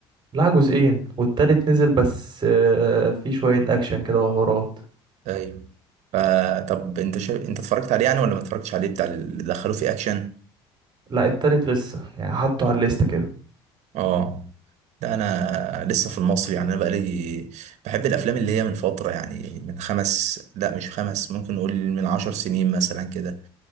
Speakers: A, on the right; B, on the right.
A: لا جزئين والتالت نزل بس آه، في شوية أكشن كده وحوارات
B: ايوه آه طب انت شا... انت اتفرجت عليه يعني ولا ما اتفرجتش عليه بتاع اللي دخلوه فيه اكشن
A: لا التالت لسه يعني حطه على الليستة كده
B: اه ده انا لسه في المصري يعني انا بقالي بحب الافلام اللي هي من فتره يعني من خمس لا مش خمس ممكن نقول من عشر سنين مثلا كده